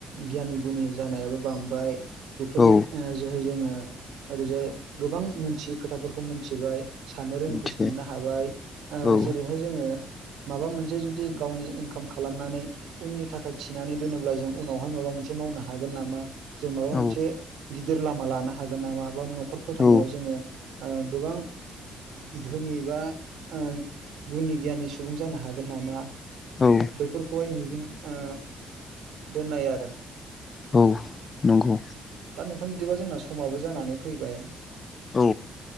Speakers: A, on the right; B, on the left.
A: गियानि गुनि जानायाबो बांबाय बेफोरनि
B: औ
A: ओ जोहै जोङो ओरैजाय गोबां मोनथियै खोथाफोरखौ मोनथिबाय साननो रोङिखौ
B: मिथिबाय
A: साननो हाबाय ओ
B: औ
A: जेरैहाय जोङो माबा मोनसे जुदि गावनि इनकाम खालामनानै उननि थाखाय थिनानै दोनोब्ला जों उनावहाय माबा मोनसे मावनो हागोन नामा जों माबा
B: औ
A: मोनसे गिदिर लामा लानो हागोन नामा बा नखर न'खर फोथांनायाव
B: औ
A: जोङो ओ गोबां धोनि बा ओ गुनि गियानि सुबुं जानो हागोन नामा?
B: औ
A: बैफोरखौहाय बिदिनो उम दोननाय आरो
B: औ नंगौ
A: दा नोंथां बिदिबा जोंना समाबो जानानै फैबाय
B: औ